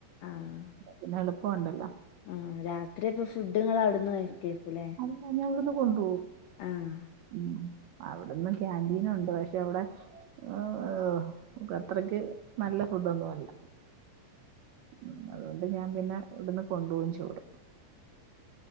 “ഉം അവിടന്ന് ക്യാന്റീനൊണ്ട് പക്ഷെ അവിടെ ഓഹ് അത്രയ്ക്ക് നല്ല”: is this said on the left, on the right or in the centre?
Right